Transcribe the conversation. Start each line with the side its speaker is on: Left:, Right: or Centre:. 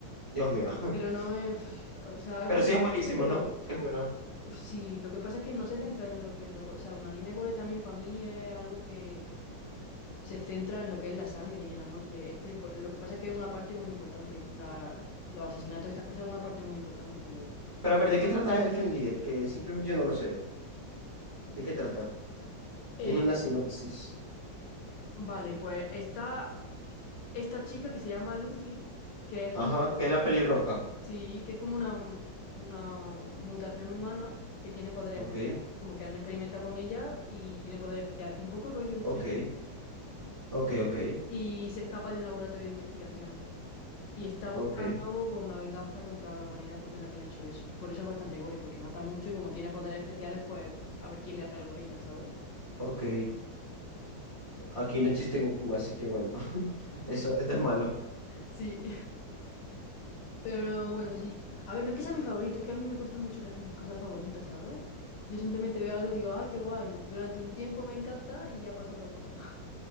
Right: Dios mío. <laughs>
Left: Pero no es... O sea, es
Right: Pero
Left: bastante...
Right: sí es buenísimo,
Left: gore, Pero
Right: ¿no? Sí es bueno.
Left: Uf, Sí, lo que pasa es que no se centra en lo que es lo... O sea, un anime gore también para mí es algo que se centra en lo que es la sangre y en la muerte. Este, pues, lo que pasa es que es una parte muy importante. La, los asesinatos, estas cosas, es una parte muy importante, pero...
Right: Pero a ver, ¿de qué trata Elfen Lied? Que simplemente yo no lo sé. ¿De qué trata?
Left: Eh,
Right: Dime una sinopsis.
Left: vale, pues está esta chica que se llama Lucy, que es como...
Right: Ajá, que es la pelirroja.
Left: Sí, que es como una, una mutación humana que tiene poderes
Right: Ok,
Left: especiales. Como que han experimentado con ella y tiene poderes especiales. Un poco rollo Stranger
Right: ok, ok, ok,
Left: y se escapa de un laboratorio de investigación. Y está buscando
Right: ok,
Left: pues, una venganza contra la humanidad porque es la que le ha hecho eso. Por eso es bastante gore, porque mata mucho y como tiene poderes especiales, pues a ver quién le hace algo a ella, ¿sabes?
Right: ok. Aquí no existe Goku, así que bueno, <laughs> eso, esto es malo.
Left: Sí, <laughs> pero no, bueno, sí. A ver, no es que sea mi favorito, es que a mí me cuesta mucho elegir mis cosas favoritas, ¿sabes? Yo simplemente veo algo y digo, ah, qué guay. Durante un tiempo me encanta y ya pasa otra cosa. <laughs>